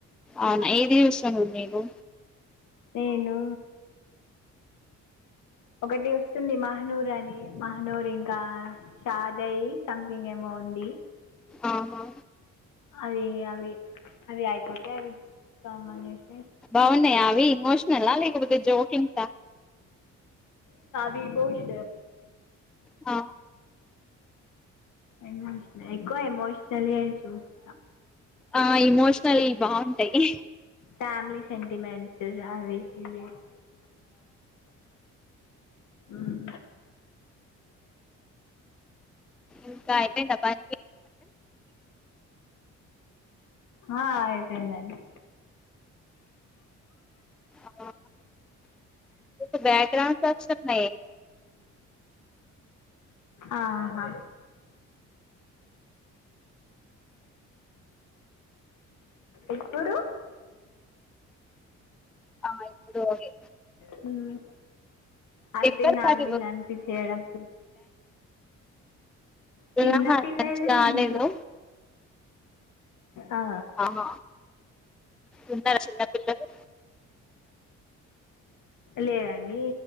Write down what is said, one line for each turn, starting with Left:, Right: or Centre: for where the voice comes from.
Centre: అవునా ఏది చూస్తుంరు మీరు
Left: నేను ఒకటి వస్తుంది మహనూర్ అని మహనూర్ ఇంకా షాదై సంథింగ్ ఏమో ఉంది
Centre: ఆహా
Left: అవి అవి అవి అయిపోతే అవి చూస్తాం అనేసి
Centre: బావున్నాయా అవి ఎమోషనలా లేకపోతే జోకింగ్సా
Left: విభూష
Centre: ఆ
Left: ఏమోయ్ ఎక్కువ ఏమోయ్ తెలియచూస్త
Centre: ఆ ఎమోషనల్వి బావుంటాయి
Left: ఫ్యామిలీ <unintelligible> ఊహూ
Centre: ఇంక అయిపోయిందా పని
Left: ఆ అయిపోయిందండి
Centre: <unintelligible> మీకు బ్యాక్ గ్రౌండ్స్ వస్తున్నాయి
Left: ఆహా ఇప్పుడు
Centre: ఆ ఇప్పుడు ఓగే
Left: హ్మ్ అయిపోయిందా
Centre: ఎవరు
Left: అండి
Centre: అది
Left: లంచ్ చేయడానికి చిన్న
Centre: ఆహా
Left: పిల్లలు
Centre: లంచ్ కాలేదు
Left: ఇంట్లో ఆ
Centre: ఆహా తున్నర చిన్న పిల్లలు
Left: లేదండి